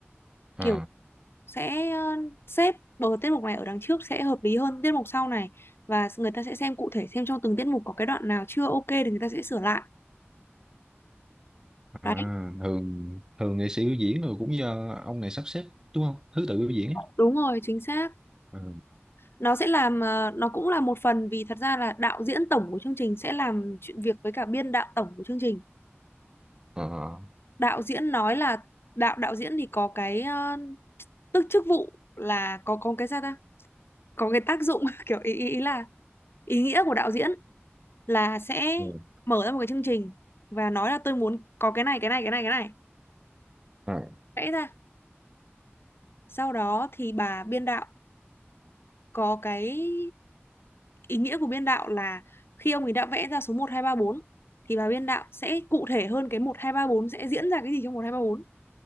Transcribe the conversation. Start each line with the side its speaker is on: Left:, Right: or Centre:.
Right: ờ
Left: Kiểu sẽ ờ, xếp bờ tiết mục này ở đằng trước sẽ hợp lý hơn tiết mục sau này và người ta sẽ xem cụ thể xem trong từng tiết mục có cái đoạn nào chưa ok thì người ta sẽ sửa lại.
Right: à
Left: Đấy.
Right: thường thường nghệ sĩ biểu diễn rồi cũng do ông này sắp xếp đúng không thứ tự biểu diễn ấy.
Left: Đúng rồi, chính xác
Right: ừ.
Left: nó sẽ làm ờ, nó cũng là một phần vì thật ra là đạo diễn tổng của chương trình sẽ làm chuyện việc với cả biên đạo tổng của chương trình
Right: ờ.
Left: đạo diễn nói là đạo đạo diễn thì có cái ờ, tức chức vụ là có có cái sao ta có cái tác dụng <laughs> kiểu ý, ý ý là ý nghĩa của đạo diễn là sẽ
Right: ừ.
Left: mở ra một cái chương trình và nói là tôi muốn có cái này cái này cái này cái này
Right: à,
Left: vẽ ra sau đó thì bà biên đạo có cái ý nghĩa của biên đạo là khi ông ấy đã vẽ ra số một 2 3 4 thì bà biên đạo sẽ cụ thể hơn cái một 2 3 4 sẽ diễn ra cái gì trong một 2 3 bốn